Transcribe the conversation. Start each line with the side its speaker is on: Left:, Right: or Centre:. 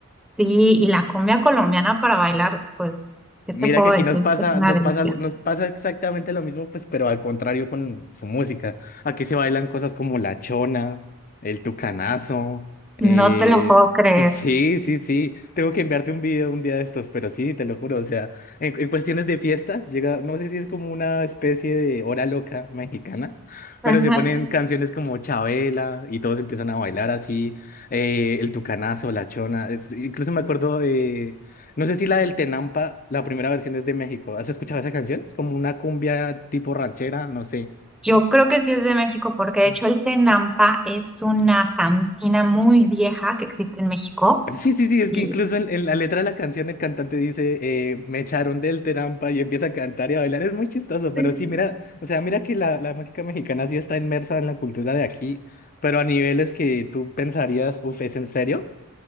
Centre: sí, y la cumbia colombiana para bailar, pues, ¿qué
Left: Mira
Centre: te puedo
Left: que aquí
Centre: decir?
Left: nos pasa,
Centre: Es una
Left: nos
Centre: delicia.
Left: pasa, nos pasa exactamente lo mismo, pues, pero al contrario con su música. Aquí se bailan cosas como la chona, el tucanazo.
Centre: No
Left: eh,
Centre: te lo puedo creer.
Left: sí, sí, sí. Tengo que enviarte un video un día de estos, pero sí, te lo juro. O sea, en, en cuestiones de fiestas, llega, no sé si es como una especie de hora loca mexicana, pero
Centre: Ajá.
Left: se ponen canciones como Chabela y todos empiezan a bailar así. eh, el tucanazo, la chona. es- incluso me acuerdo de no sé si la del Tenampa, la primera versión es de México. ¿Has escuchado esa canción? Es como una cumbia tipo ranchera, no sé.
Centre: Yo creo que sí es de México porque de
Left: Mm.
Centre: hecho el Tenampa es una cantina muy vieja que existe en México.
Left: Sí, sí, sí,
Centre: Y,
Left: es que incluso en, en la letra de la canción el cantante dice, eh, me echaron del Tenampa y empieza a cantar y a bailar. Es muy chistoso, pero
Centre: Sí.
Left: sí, mira, o sea, mira que la, la música mexicana sí está inmersa en la cultura de aquí, pero a niveles que tú pensarías, uff, ¿es en serio?